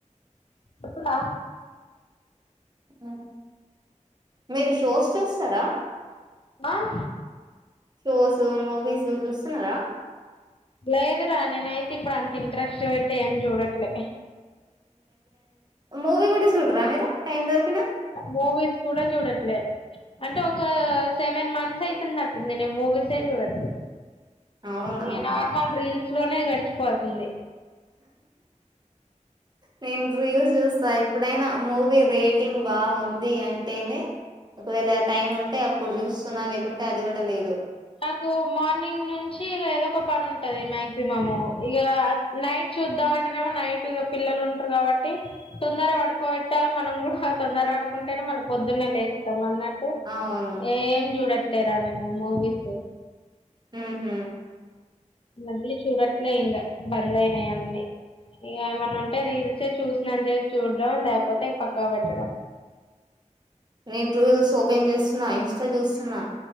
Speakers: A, on the left; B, on the right.
A: ఇప్పుడా
B: ఊ మీరు షోస్ చూస్తారా
A: ఆ
B: షోసు మూవీస్ మీర్ చూస్తున్నారా
A: లేదురా నేనైతే ఇప్పుడు అంత ఇంట్రెస్ట్ వెట్టి ఏం చూడట్లే
B: మూవీ కూడ చూడరా మీరు టైం దొరికినా
A: మూవీస్ కూడ చూడట్లే అంటే ఒక సెవెన్ మంత్ సైతం నట్టుంది నేన్ మూవీసే చూడట్లే
B: అవునా
A: ఇగ నార్మల్ రీల్స్ లోనే గడిచిపోతుంది
B: నేను రీయుస్ చూస్తా ఎప్పుడైనా మూవీ రేటింగ్ బాగుంది అంటేనే ఒకవేళ టైం ఉంటే అప్పుడు చూస్తున్నా లేకుంటే అది కూడా లేదు
A: మాకు మార్నింగ్ నుంచి ఏదో ఒక పని ఉంటది మాక్సిమము ఇక నైట్ చూద్దాం అంటేనేమో నైట్ పిల్లలు ఉంట్రూ కాబట్టి తొందర పడుకోబెట్టాలె మనం కూడా తొందర పడుకుంటేనే మనం పొద్దున్నే లేస్తాం అన్నట్
B: అవును
A: ఏం చూడట్లేరా నేను ఉమూవి సొ
B: ఊహు
A: ఈ మధ్యల చూడట్లే ఇంగ బంద్ అయినయ్ అన్ని ఇగ ఏమన్న అంటే రీల్సే చూసిననిచెప్ చూడం లేకపోతే పక్కకు పెట్టడం
B: నేన్ ట్విల్స్ ఓపెన్ చేస్తున్నా ఇంస్టా చూస్తున్నా